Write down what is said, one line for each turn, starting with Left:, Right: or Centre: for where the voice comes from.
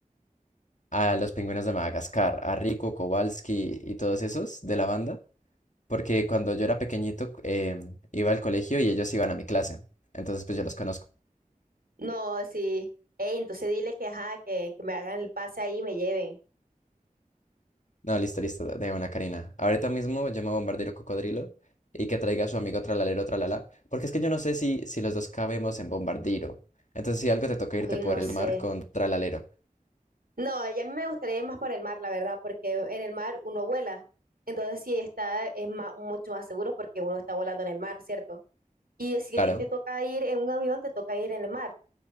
Left: a los pingüinos de Madagascar, a Rico, Kowalski y todos esos de la banda. porque cuando yo era pequeñito em, iba al colegio y ellos iban a mi clase. Entonces, pues yo los conozco.
Right: No, sí. Ey, entonces dile que, ajá, que, que me hagan el pase ahí y me lleven.
Left: No, listo, listo, de una, Karina. Ahorita mismo llamo a Bombardero Cocodrilo y que traiga a su amigo Tralalero Tralala, porque es que yo no sé si, si los dos cabemos en Bombardero. Entonces, si algo te toca irte
Right: Uy,
Left: por
Right: no
Left: el
Right: sé.
Left: mar con Tralalero.
Right: No, y a mí me gustaría ir más por el mar, la verdad, porque en el mar uno vuela. Entonces, sí está, es más, mucho más seguro porque uno está volando en el mar, ¿cierto? Y si
Left: Claro,
Right: a ti te toca ir en un avión, te toca ir en el mar,